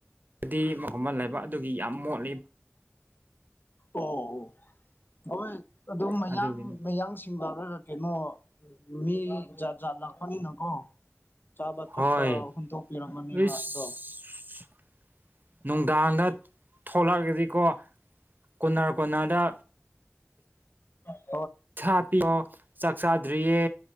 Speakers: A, on the right; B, on the left.
A: ꯗꯤ ꯃꯒꯨꯝꯕꯟ ꯂꯩꯕ ꯑꯗꯨꯒꯤ ꯌꯥꯝ ꯃꯣꯠ
B: ꯑꯣ ꯑꯣ ꯍꯣꯏ ꯑꯗꯨ ꯃꯌꯥꯡ
A: ꯑꯗꯨꯒꯤꯅꯤ
B: ꯃꯌꯥꯡ ꯆꯤꯡꯕ ꯀꯩꯅꯣ ꯃꯤ ꯂꯄꯅꯤ ꯅꯀꯣ ꯆꯥꯕ ꯊꯛꯄ
A: ꯍꯣꯏ
B: ꯍꯨꯟꯗꯣꯛꯄꯤꯔꯝꯃꯅꯦꯕ
A: ꯏꯁ
B: ꯑꯗꯣ
A: ꯅꯨꯡꯗꯥꯡꯗ ꯊꯣꯛꯂꯛꯑꯒꯗꯤꯀꯣ ꯀꯣꯅꯥꯔ ꯀꯣꯅꯥꯗ
B: ꯂ
A: ꯁꯥ ꯄꯤꯌꯣ ꯆꯥꯛ ꯆꯥꯗ꯭ꯔꯤꯌꯦ